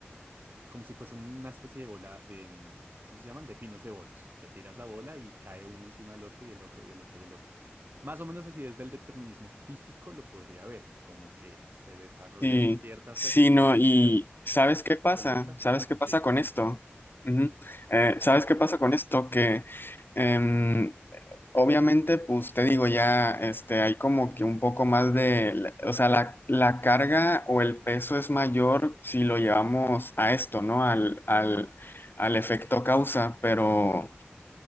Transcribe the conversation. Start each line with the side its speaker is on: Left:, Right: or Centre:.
Right: como si fuese una especie de bola de, mm, ¿cómo se llaman? De pinos de bolos, que tiras la bola y cae uno encima del otro y el otro y el otro y el otro. Más o menos así desde el determinismo físico lo podría ver, como que se desarrollan
Left: Sí,
Right: ciertas
Left: sí,
Right: reacciones
Left: no,
Right: físicas
Left: y ¿sabes qué pasa?
Right: que lo desatan.
Left: ¿Sabes qué
Right: Sí.
Left: pasa con esto? Ujú. Eh, ¿sabes qué pasa con esto? Que em, obviamente, pues te digo, ya este, hay como que un poco más de, la- o sea, la, la carga o el peso es mayor si lo llevamos a esto, ¿no? Al, al, al efecto causa, pero...